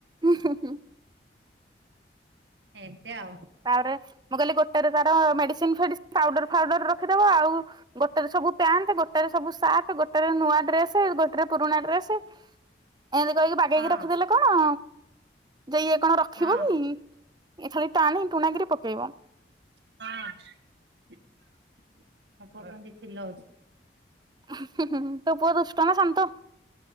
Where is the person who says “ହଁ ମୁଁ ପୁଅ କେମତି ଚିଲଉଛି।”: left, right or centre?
Right